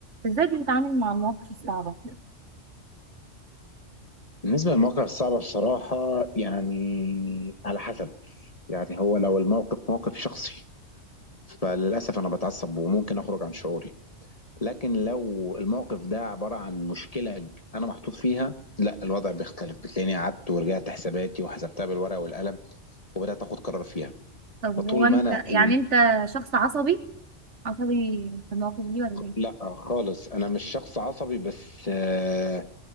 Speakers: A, on the right; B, on the left.
A: ازاي بتتعامل مع المواقف الصعبة
B: بالنسبة للمواقف الصعبة بصراحة يعني على حسب يعني هو لو الموقف موقف شخصي فللأسف أنا بتعصب وممكن أخرج عن شعوري لكن لو الموقف ده عبارة عن مشكلة أنا محطوط فيها لا الوضع بيختلف بتلاقيني قعدت ورجعت حساباتي وحسبتها بالورقة والقلم وبدأت أخد قرار فيها
A: طب هو
B: فطول
A: انت
B: ما أنا
A: يعني
B: ال...
A: انت شخص عصبي عصبي في المواقف دي ولا ايه
B: لا خالص أنا مش شخص عصبي بس آه،